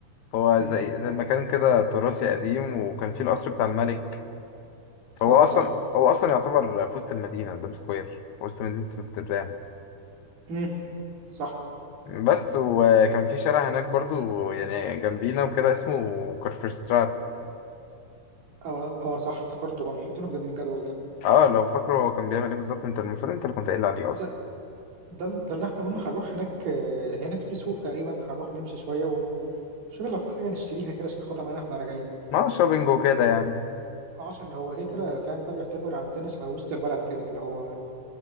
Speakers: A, on the left; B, on the right.
A: هو
B: امم
A: زي زي المكان كده تراثي قديم وكان فيه القصر بتاع الملك فهو
B: اه
A: أصلا
B: صح
A: هو أصلا يعتبر في وسط المدينة قدام سكوير وسط مدينة أمستردام
B: امم صح
A: بس وكان في شارع هناك برضو يعني جنبينا وكده اسمه كارفرستراد
B: اه اه صح افتكرته كانوا حاطينه في ضمن الجدول ده
A: اه لو فاكره هو كان بيعمل ايه بالظبط انت المفروض انت اللي كنت قايل عليه
B: ده
A: اصلا
B: ده, ده اللي احنا قلنا هنروح هناك آه، هناك في سوق تقريبا هنروح نمشي شوية وشوف لو في حاجة نشتريها كده عشان ناخدها معانا واحنا راجعين
A: ما هو شوبينج وكده يعني
B: اه عشان هو كده كده فاهم ده بيعتبر عندنا شبه وسط البلد كده اللي هو